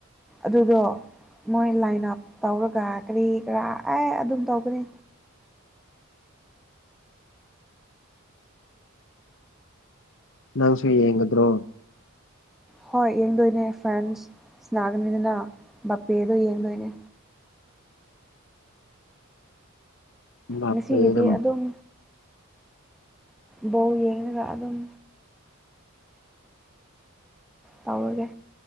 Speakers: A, in the centre; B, on the left (about 60°).
A: ꯑꯗꯨꯗꯣ ꯃꯣꯏ ꯂꯥꯏꯟ ꯑꯞ ꯇꯧꯔꯒ ꯀꯔꯤ ꯀꯔꯥ ꯑꯦ ꯑꯗꯨꯝ ꯇꯧꯒꯅꯤ
B: ꯅꯪꯁꯨ ꯌꯦꯡꯒꯗ꯭ꯔꯣ
A: ꯍꯣꯏ ꯌꯦꯡꯗꯣꯏꯅꯦ ꯐ꯭ꯔꯦꯟꯁ ꯁꯅꯥꯒꯅꯤꯗꯅ ꯕꯄꯦꯗꯣ ꯌꯦꯡꯗꯣꯏꯅꯦ
B: ꯕꯥꯞꯄꯦꯅ
A: ꯉꯁꯤꯒꯤꯗꯤ ꯑꯗꯨꯝ ꯕꯣ ꯌꯦꯡꯉꯒ ꯑꯗꯨꯝ ꯇꯧꯒꯦ